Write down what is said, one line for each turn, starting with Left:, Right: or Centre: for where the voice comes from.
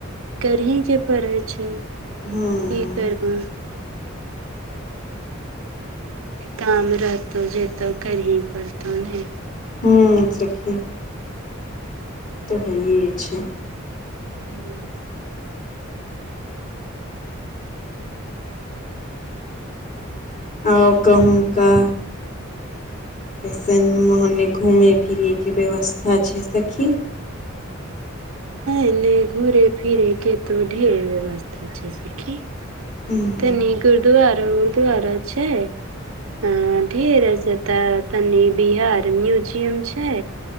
Right: करहिके पड़ै छै,
Left: हूँ
Right: कि करबऽ। एक काम रहतौ जे त करही पड़तौ ने।
Left: हूं सखी। तऽ होए छै।
Right: हूँ।
Left: आ कहुँका। कइसन ओहने घुमै फिरैके व्यवस्था छै सखी।
Right: एनै घुरै फिरके ढेर व्यवस्था छै सखी।
Left: हूँ।
Right: तनी गुरुद्वारा -उरुव्दुरा छै। अ ढेर सेतऽ तनि बिहार म्यूजियम छै।